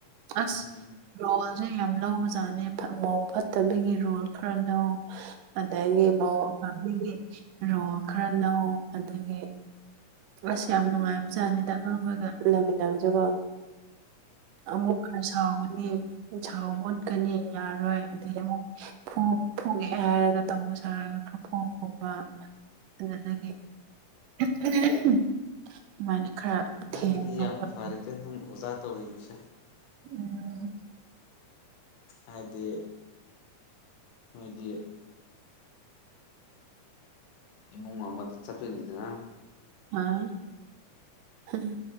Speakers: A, on the right; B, on the left.
A: ꯑꯁ
B: ꯎꯝ
A: ꯔꯣꯜꯖꯦ ꯌꯥꯝ ꯂꯧꯕ ꯖꯥꯠꯅꯦ ꯐꯥ ꯃꯧ ꯐꯠꯇꯕꯤꯒꯤ ꯔꯣꯜ ꯈꯔ ꯂꯧ ꯑꯗꯒꯤ ꯃꯧ ꯐꯕꯤꯒꯤ ꯔꯣꯜ ꯈꯔ ꯂꯧ ꯑꯗꯒꯤ ꯑꯁ ꯌꯥꯝ ꯅꯨꯡꯉꯥꯏꯕ ꯖꯥꯠꯅꯤꯗ ꯑꯉꯥꯡꯈꯣꯏꯒ ꯂꯩꯃꯤꯟꯅꯕꯖꯦꯀꯣ ꯑꯃꯨꯛ ꯈꯔ ꯁꯥꯎꯒꯅꯤ ꯁꯥꯎ ꯑꯣꯠꯀꯅꯤ ꯌꯥꯔꯣꯏ ꯑꯗꯩ ꯑꯃꯨꯛ ꯐꯨ ꯐꯨꯒꯦ ꯍꯥꯏꯔꯒ ꯇꯧꯕ ꯁꯥꯔꯒ ꯈꯔ <unintelligible> ꯑꯗꯨꯗꯒꯤ ꯑꯗꯨꯃꯥꯏꯅ ꯈꯔ
B: ꯅꯪꯒꯤꯗꯤ
A: ꯊꯦꯝꯕ
B: ꯌꯥꯝ
A: ꯈꯣꯠꯄ
B: ꯐꯔꯦꯗꯦ ꯅꯪ ꯑꯣꯖꯥ ꯇꯧꯔꯤꯕꯁꯦ
A: ꯎꯝ
B: ꯍꯥꯏꯗꯤ ꯅꯣꯏꯗꯤ ꯏꯃꯨꯡ ꯑꯃꯗ ꯆꯠꯇꯣꯏꯅꯤꯗꯅ
A: ꯑꯥ ꯎꯝ